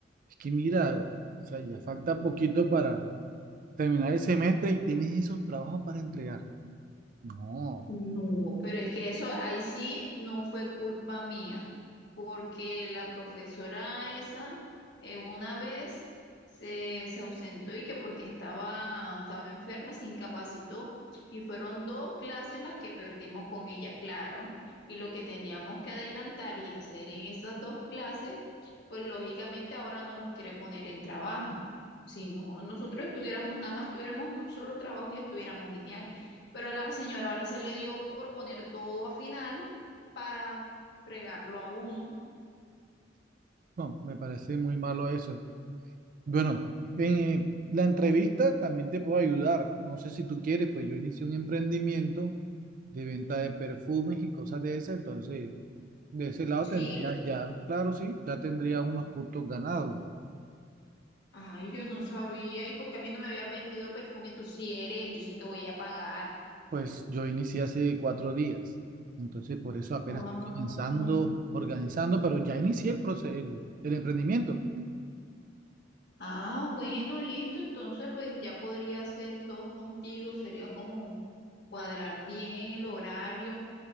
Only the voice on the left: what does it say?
No, pero es que eso ahí sí no fue culpa mía, porque la profesora esa eh, una vez se, se ausentó y que porque estaba, estaba enferma se incapacitó y fueron dos clases las que perdimos con ella, claro, y lo que teníamos que adelantar y hacer en esas dos clases, pues lógicamente ahora no los quiere poner en trabajo. Si no, nosotros estuviéramos, nada más tuviéramos un solo trabajo y estuviéramos genial pero a la señora ahora se le dio por poner todo a final para fregarlo a uno.
Sí.
Ay, yo no sabía. ¿Y porque a mí no me habías vendido perfume? Tú sí eres, yo sí te voy a pagar.
Ah,
Ah, bueno, listo. Entonces, pues ya podría hacer dos contigo. Sería como cuadrar bien el horario.